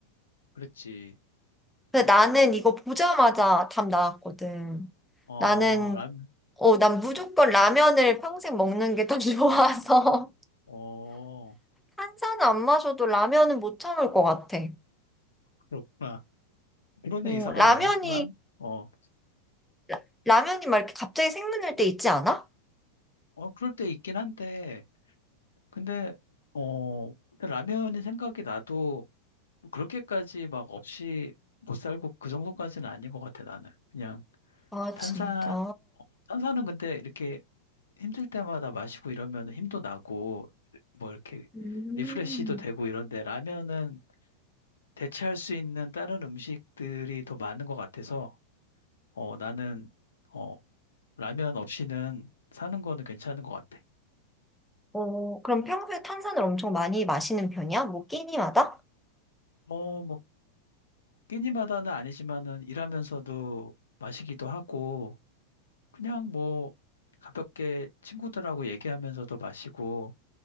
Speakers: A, on the left; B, in the centre.
A: 그랬지.
B: 근데 나는 이거 보자마자 답 나왔거든.
A: 어,
B: 나는
A: 라면,
B: 어, 난 무조건 라면을 평생 먹는 게 더 <laughs> 좋아서
A: 어,
B: 탄산안 마셔도 라면은 못 참을 것 같아.
A: 그렇구나. <laughs> 그러네,
B: 어,
A: 이상하네.
B: 라면이
A: 난, 어,
B: 라- 라면이 막 이렇게 갑자기 생각날 때 있지 않아?
A: 어, 그럴 때 있긴 한데, 근데, 어, 근데 라면이 생각이 나도 그렇게까지 막 없이 못 살고 그 정도까지는 아닌 것 같아, 나는. 그냥
B: 아,
A: 탄산,
B: 진짜.
A: 탄산은 근데 이렇게 힘들 때마다 마시고 이러면 힘도 나고, 뭐 이렇게
B: 음.
A: 리프레쉬도 되고 이런데, 라면은 대체할 수 있는 다른 음식들이 더 많은 것 같아서 어, 나는 어, 라면 없이는 사는 거는 괜찮은 것 같아.
B: 어, 그럼 평소에 탄산을 엄청 많이 마시는 편이야? 뭐 끼니마다?
A: 어, 뭐 끼니마다는 아니지만은 일하면서도 마시기도 하고 그냥 뭐 가볍게 친구들하고 얘기하면서도 마시고